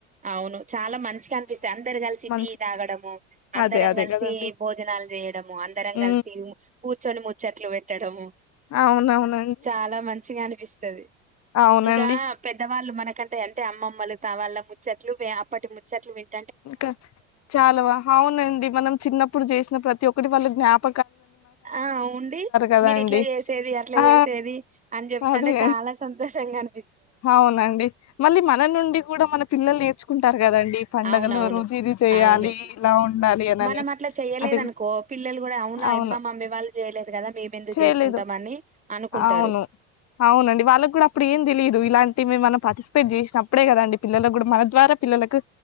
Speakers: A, on the right; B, on the left.
A: అవును చాలా మంచిగనిపిస్తాయ్ అందరు కల్సి
B: మంచి
A: టీ తాగడము. అందరం
B: అదే అదే
A: కల్సీ
B: కదండి
A: భోజనాలు చేయడము అందరం
B: ఉ
A: కల్సీ మ్ కూర్చొని ముచ్చట్లు పెట్టడము.
B: అవునవును
A: చాలా మంచిగా అనిపిస్తద్. తది
B: అవునండి
A: ఇంకా పెద్దవాళ్ళు మనకంటే అంటే అమ్మమ్మలు త వాళ్ళ చెట్లు పియా అప్పటి ముచ్చట్లు పెట్
B: ఇంకా చాలావ అవునండి మనం చిన్నప్పుడు చేసిన ప్రతి ఒక్కటి వాళ్ళ జ్ఞాప
A: ఆ ఉండి
B: కదా
A: మీరు
B: అండి
A: ఇట్లా చేసేది అట్లా
B: ఆ
A: చేసేది అని చెప్తంటే
B: అదే
A: చాలా సంతోషంగా ఆన్
B: అవునండి మళ్ళీ మన నుండి కూడా మన పిల్లలు నేర్చుకుంటారు కదండి పండుగలో
A: అవునవును.
B: రుజిది చేయాలి
A: అవును.
B: ఇలా ఉండాలి అనని
A: మనం అట్లా చెయ్యలేదనుకో
B: అది
A: పిల్లలు కూడా అవునా
B: అవును
A: అబ్బమ్మమ్మ ఇ వాళ్ళు చేయలేదు కదా మేమెందుకు
B: చేయలేదు
A: చేసుకుంటాం అని అనుకుంటారు.
B: అవును అవునండి వాళ్ళకి కూడా అప్పుడు ఏం తెలిదు ఇలాంటివి మనం పార్టిసిపేట్ చేసినప్పుడే కదండి పిల్లలకు కూడా మన ద్వారా పిల్లలకు